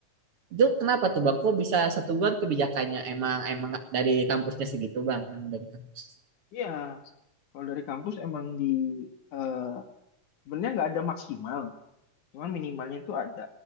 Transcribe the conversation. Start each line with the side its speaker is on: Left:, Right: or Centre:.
Right: Itu kenapa tuh bang? Kok bisa satu bulan kebijakannya emang emang dari kampusnya segitu bang? Emang dari kampus.
Left: Iya, kalau dari kampus emang di eh, sebenarnya nggak ada maksimal, cuman minimalnya itu ada